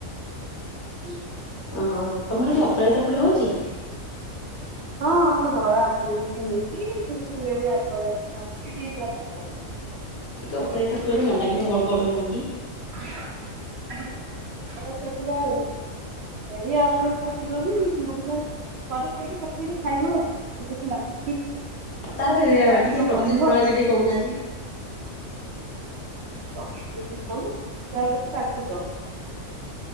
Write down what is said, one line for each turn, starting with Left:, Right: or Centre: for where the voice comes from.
Right: ହୁଁ।
Left: ଓହୋ ତମର ସେଠି ଅପରାଜିତା ଫୁଲ ହଉଛି।
Right: ହଁ ଆମର ଧଳା ଅପରାଜିତା ହଉଛି <unintelligible> ନେଳିଆ ଅପରାଜିତା ହଉଛି ଦି ପ୍ରକାରର ହଉଚି।
Left: ଟିକେ ଅପରାଜିତା ଫୁଲରେ ମଣ୍ଡା ପିଠା ବ ଗଢୁନାହାନ୍ତି।
Right: <unintelligible> ତ ଫୁଲ ଆଉ। <unintelligible> ଥିଲେ ବି <unintelligible> କରି କେବେ ପଠେଇବି ଖାଇବ କେମିତି ଲାଗି
Left: ତାର ରେ ରେ ଆ
Right: ଲାଗିବ
Left: ଟିକେ ପ୍ରସ୍ତୁତି
Right: କହିବ
Left: ପ୍ରଣାଳୀ
Right: ଆଉ
Left: ଟା ଟିକେ କହୁନାହାନ୍ତି।
Right: <unintelligible> କାର୍ତ୍ତିକ।